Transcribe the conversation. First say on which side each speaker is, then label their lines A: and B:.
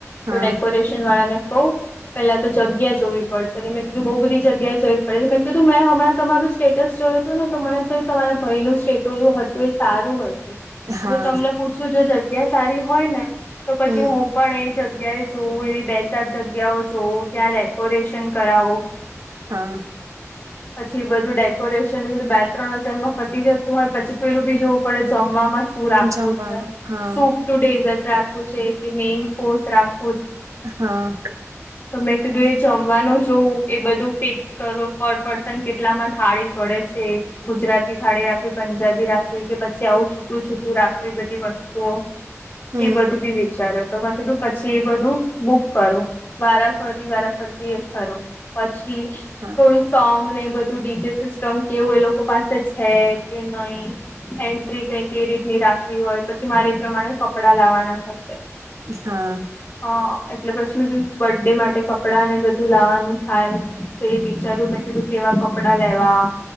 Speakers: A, on the right (about 80°); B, on the left (about 45°).
A: હા
B: તો ડેકોરેશન વાળા ને કહું પેલા તો જગ્યા જોવી પડશે મેં કીધું બઉુ બધી જગ્યાએ જવી પડે મેં કીધું મેં હમણાં તમાર સેટસ જોઉ. જોય હતું ને મને તો તમારા ભય નું સ્ટેટોલું હતું એ સારું હતું.
A: હા
B: તમને પૂછું જો જગ્યા સારી હોય ને, તો પછી
A: હમ
B: હું પણ એજ જગ્યાએ જોવું એવી બે ચાર જગ્યાઓ જોવું ત્યાં ડેકોરેશન કરાવું.
A: હા.
B: પછી બધું ડેકોરેશન બધું બે ત્રણ હજાર માં પતી જશે. હોય પછી પેલું બી જોવું પડે જમવામાં શું રાખવું
A: જમવાનું
B: છે.
A: હા
B: સૂપ ટુ ડેઝટ રાખ પૂ છેે કે મેન કોર્સ રાખું?
A: હા.
B: તો મેં કીધું એ જમવાનું જોવું એ બધું ફિક્સ કરો પડ પર્સન કેટલામાં થાળી પડે છે. ગુજરાતી થાળી રાખવી, પંજાબી રાખવી કે પછી આવું છું છટું છૂટું રાખવી બધી વસ્તુઓ
A: હમ
B: એ બધું બી વિચારો તો મેં કીધું પછી એ બધું બુક કરું વારા ફરતી, વારા ફરતી એ કરું પછી
A: હા
B: થોડું. બુંડીજ સિસ્ટમ કેવું એ લોકો પાસે છે, કે નહી એન્ટ્રી ક કે રીતની રાખવી હોય, પછી મારે એ પ્રમાણે કપડા લાવવાના થશે.
A: હા.
B: હ, એટલે પછી બર્થ ડે માટે કપડાં ને બધું લાવાનું થાય તો એ વિચારું મેં પધું કેવા કપડા લેવા?